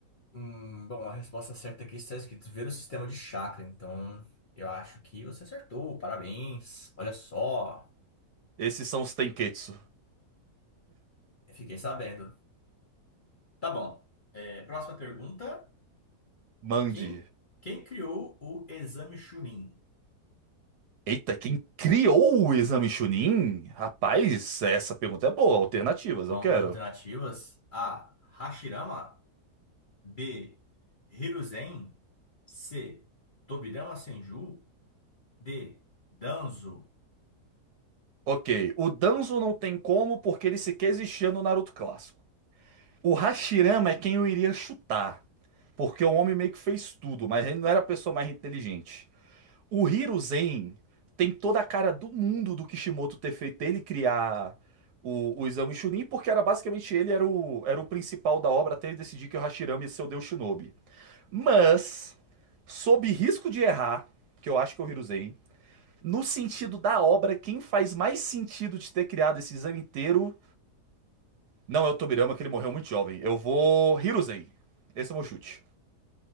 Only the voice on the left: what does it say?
Hum, bom, a resposta certa aqui está escrito ver o sistema de chakra. Então, eu acho que você acertou. Parabéns. Olha só,
eu fiquei sabendo. Tá bom. É, próxima pergunta.
Quem, quem criou o exame Chunin?
Vamos
das alternativas. A. Hashirama. B. Hiruzen. C. Tobirama Senju. D. Danzo.